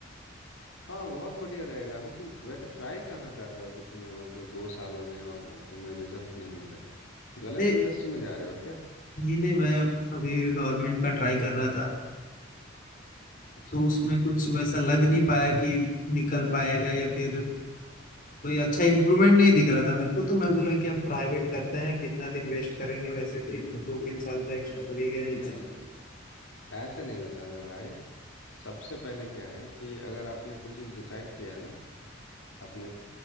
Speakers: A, on the left (about 80°); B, on the left (about 40°).
A: हाँ बहुत बढ़िया रहेगा अभी तुम वैसे ट्राई कहाँ कर रहे हो कि तुम्हें मतलब दो साल हो गए और तुम्हें रिजल्ट नहीं मिल रहा है? गलत
B: नहीं
A: इंडस्ट्री में जा रहे हो क्या
B: नहीं नहीं मैं अभी गवर्नमेंट का ट्राई कर रहा था
A: अच्छा
B: तो उसमें कुछ वैसा लग नहीं पाया कि निकल पाएगा या फिर कोई अच्छा इम्प्रूवमेंट नहीं दिख रहा था मेरे को तो मैं बोला कि अब प्राइवेट करते हैं कितना दिन वेस्ट करेंगे वैसे भी दो तीन साल तो एक्स्ट्रा हो ही गया एग्जाम
A: नहीं
B: में
A: ऐसे नहीं होता मेरे भाई सबसे पहले क्या है कि अगर आपने कोई चीज़ डिसाइड किया है ना अपने